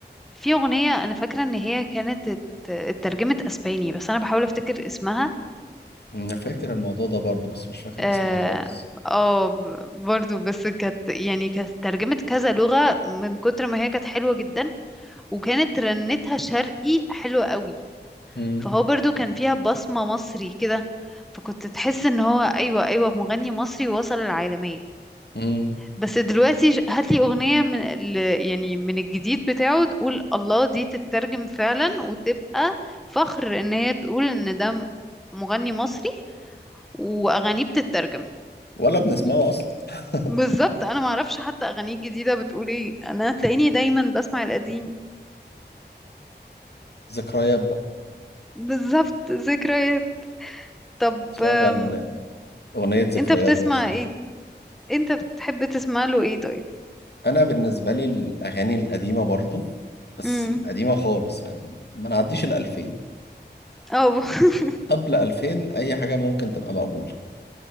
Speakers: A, in the centre; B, on the left.
A: في اغنية انا فاكرة ان هي كانت ات- اترجمت اسباني بس انا بحاول افتكر اسمها
B: أنا فاكر الموضوع ده برضه بس مش فاكر
A: اه
B: اسمها خالص
A: آه، برضو بس كانت يعني كانت ترجمة كذا لغة من كتر ما هي كانت حلوة جدا وكانت رنتها شرقي حلوة قوي
B: مم.
A: فهو برضو كان فيها بصمة مصري كده فكنت تحس ان هو ايوه ايوه مغني مصري وصل العالمية
B: مم.
A: بس دلوقتي ش- هاتلي اغنية من ال- يعني من الجديد بتاعه تقول الله دي تترجم فعلا وتبقى فخر ان هي تقول ان ده مغني مصري واغانيه بتترجم
B: ولا بنسمعه أصلا <laughs>
A: بالظبط انا ما اعرفش حتى اغانيه الجديده بتقول ايه انا تلاقيني دايما بسمع القديم
B: ذكريات بقى
A: بالظبط ذكريات طب
B: شغل
A: أم،
B: أغنية ذكريات
A: انت بتسمع
B: نفسها
A: ايه انت بتحب تسمع له ايه طيب
B: انا بالنسبه لي الاغاني القديمه برضو بس
A: امم
B: القديمه خالص يعني ما نعديش الألفين
A: اه ب- <laughs>
B: قبل ألفين اي حاجه ممكن تبقى مقبوله